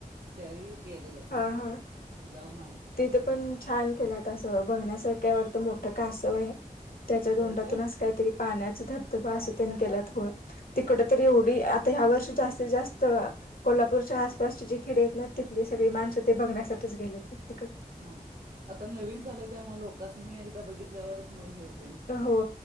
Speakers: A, on the right (about 75°); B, on the left (about 75°).
A: त्यावेळी गेलेला तो
B: हा हा
A: जाऊन आला
B: तिथे पण छान केला त असं बघण्यासारखं वाटतं मोठं कासव आहे त्याच्या तोंडातून
A: होय काय
B: काहीतरी पाण्याचा धबधबा असे त्यांनी केल्यात होय तिकड तर एवढी आता ह्या वर्षी जास्तीत जास्त कोल्हापूरच्या आसपासचे जी खिडे आहेत ना तिथलीच सगळी माणसं ते बघण्यासाठीच गेले हो तिकडडे
A: हा आता नवीन झालंय त्यामुळे लोकसणी हे एकदा बघितल्यावरच मग हे होत
B: हो